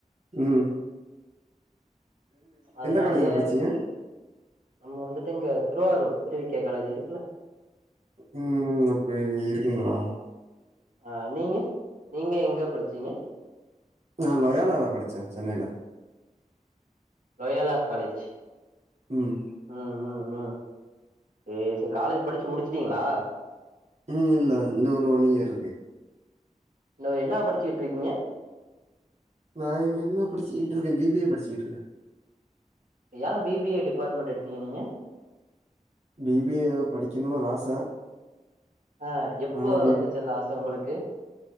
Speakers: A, on the right; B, on the right.
A: உம்
B: அதனாலயே
A: காலேஜ்ல படிச்சீங்க
B: நம்ம வந்துட்டு இங்க திருவாரூர் திருவி கே காலேஜ் இருக்குல
A: உம் ம் அப்டி இருக்குங்ளா
B: அ நீங்க நீங்க எங்க படிச்சீங்க
A: நான் லொயோலா ல படிச்சே சென்னைல்ல
B: லொயாலா காலேஜ்
A: ம்
B: ம் ம் ம் சே சேரி காலேஜ் படிச்சி முடிச்சிட்டீங்களா
A: ம் இல்ல இன்னொரு ஒன் இயர் இருக்கு
B: இன்னு என்னா படிச்சிட்டு இருக்கீங்க
A: நா இங்க என்ன படிச்சிட்டு இருக்கே பிபிஏ படிச்சிட்டு இருக்கே
B: ஏ பிபிஏ டிபார்ட்மெண்ட் எடுத்தீங்க நீங்க
A: பிபிஏ படிக்கணுன் ஒரு ஆச
B: ஆ எப்ப
A: ஆனா
B: வந்துச்சி அந்த ஆச உங்களுக்கு